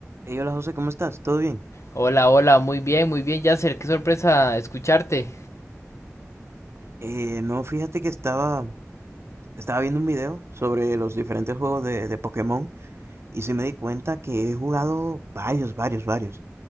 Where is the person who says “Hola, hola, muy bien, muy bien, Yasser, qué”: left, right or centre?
Left